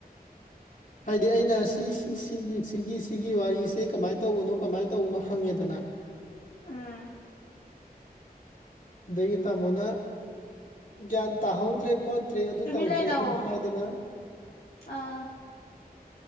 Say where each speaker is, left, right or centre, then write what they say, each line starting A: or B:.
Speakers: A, on the left; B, on the left.
A: ꯍꯥꯏꯗꯤ ꯑꯩꯅ ꯁꯤ ꯁꯤꯒꯤ ꯁꯤꯒꯤ ꯁꯤꯒꯤ ꯋꯥꯔꯤꯁ ꯁꯤ ꯀꯃꯥꯏ ꯇꯧꯕꯅꯣ ꯀꯃꯥꯏ ꯇꯧꯕꯅꯣ ꯍꯪꯉꯦꯗꯅꯥ
B: ꯎꯝ
A: ꯑꯗꯒꯤ ꯇꯃꯣꯅꯥ ꯒ꯭ꯌꯥꯟ ꯇꯥꯍꯧꯗ꯭ꯔꯦ ꯈꯣꯠꯇ꯭ꯔꯦ ꯑꯗꯨ
B: ꯇꯨꯃꯤꯟ
A: ꯇꯧꯗ꯭ꯔꯦ
B: ꯂꯩꯅꯧꯑꯣ
A: ꯑꯗꯨꯝ ꯍꯥꯏꯗꯅ
B: ꯑꯥ